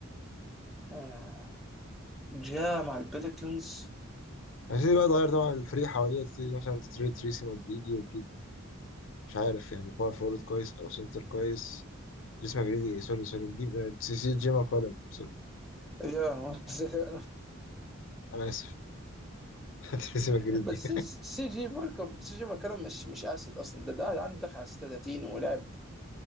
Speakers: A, in the centre; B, on the left.
A: آه. جاء مع البليكنز
B: هتبتدي بقى تغير طبعا الفريق حواليها تبتدي مثلا تتريد تريسي مدريدي وتجيب مش عارف يعني باور فورورد كويس او سنتر كويس تريسي مجريدي سوري سوري تجيب سي جي ماكولم سوري
A: يا <laughs>
B: انا اسف <laughs> تريسي مجريدي
A: <applause> بس سي جي مالكم سي جي مالكم مش مش اسد اصلا ده ده عنده دخل على 36 ولاعب